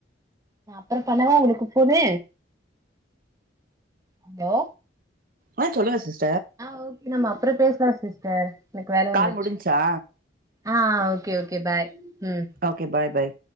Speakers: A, on the right; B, on the right.
A: அப்புறம் பண்ணவா உங்களுக்கு போனு ஹலோ
B: ஆ சொல்லுங்க சிஸ்
A: ஆஹ் ஓகே நம்ம அப்புறம் பேசலாம் சிஸ்டர் எனக்கு வேலை
B: கால்
A: வந்துச்சு
B: முடிஞ்ச்சா
A: ஆஹ் ஓகே ஓகே பாய் ம்
B: ஓகே பாய் பாய்